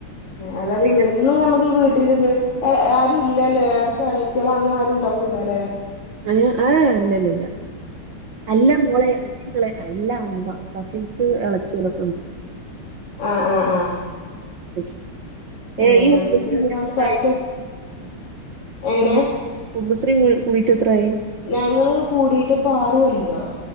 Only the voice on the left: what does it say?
അല്ലാതെ
വെന്നും നമുക്ക് ഈ വീട്ടിലിരുന്നു ഏ ആരും ഇല്ലലെ അടുത്ത് ഇളയിച്ചി അങ്ങനെ ആരും ണ്ടാവൂലലെ
ആഹ് ആഹ് ആഹ്
ഏഹ്
എന്നാ
പിന്നെ
സംസാരിച്ച്
എങ്ങനെ
ഞങ്ങള് കൂടിട്ട് ആറുകൊല്ലേ